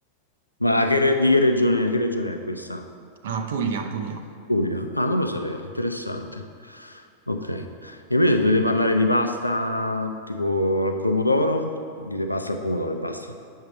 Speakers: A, on the left (about 90°); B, on the right (about 55°).
A: Ma che re- di che regione, che regione è questa?
B: Ah, Puglia, Puglia.
A: Puglia? Ah, non lo sapevo, interessante. Ok. E invece dovete parlare di pasta tipo al pomodoro? Dite pasta al pomodoro e basta.